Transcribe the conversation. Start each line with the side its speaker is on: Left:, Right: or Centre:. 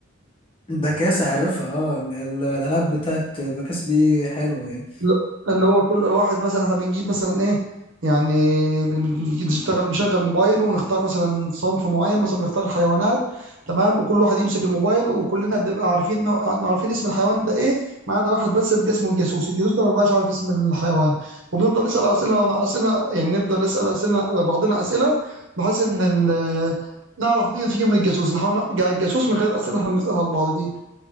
Left: البكاسة عارفها اه ال- ال- الألعاب بتاعت البكاسة دي حلوة يعني
Right: ل- اللي هو كل واحد مثلا احنا بنجيب مثلا ايه يعني بنجي نشتغل نشغل موبايل ونختار مثلا صنف معين مثلا بنختار الحيوانات تمام وكل واحد يمسك الموبايل وكلنا بنبقى عارفين نوع- عارفين اسم الحيوان ده ايه ما عدا واحد بس بيبقى اسمه الجاسوس الجاسوس ده ما بيبقاش عارف اسم الحيوان وبنفضل نسأل أسئلة أسئلة يعني نفضل نسأل أسئلة بعضنا أسئلة بحيث إن ال- نعرف مين فيهم الجاسوس نحاول نرجع الجاسوس من غير الأسئلة اللي احنا بنسألها لبعض دي